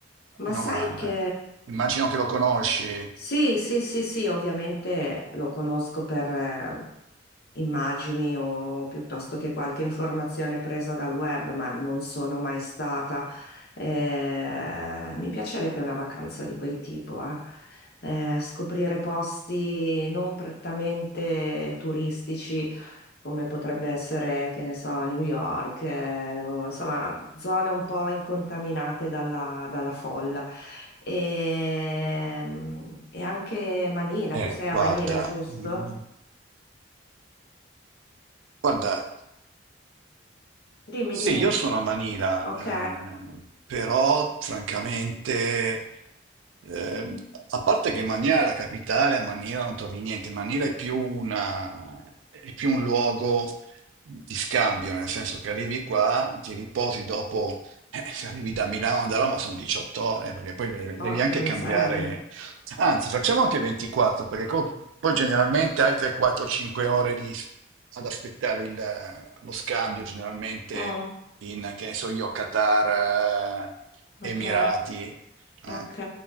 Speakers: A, on the left; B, on the right.
A: ma
B: in
A: sai
B: Oman.
A: che
B: Immagino che lo conosci.
A: Sì, sì, sì, sì, ovviamente lo conosco per eh, immagini o piuttosto che qualche informazione presa dal web, ma non sono mai stata. Eh, mi piacerebbe una vacanza di quel tipo, eh. Eh, scoprire posti non prettamente turistici come potrebbe essere, che ne so, New York, eh, o- insomma, zone un po' incontaminate dalla, dalla folla. E, e anche Manila,
B: Eh,
A: tu sei
B: guarda,
A: a Manila, giusto?
B: mm, guarda.
A: Dimmi,
B: Sì,
A: dimmi.
B: io sono a Manila,
A: Ok,
B: ehm, però francamente, ehm, a parte che Manila è la capitale, a Manila non trovi niente, Manila è più una- è più un luogo di scambio, nel senso che arrivi qua, ti riposi dopo, eh, se arrivi da Milano o da Roma sono 18 ore, eh, perché poi devi
A: porca
B: devi anche
A: miseria.
B: cambiare Anzi, facciamo anche 24, perché co- poi generalmente hai 3, 4, 5 ore di- ad aspettare il- lo scambio, generalmente
A: Mm,
B: in, che ne so io, Qatar, eh, Emirati.
A: ok,
B: eh.
A: ok.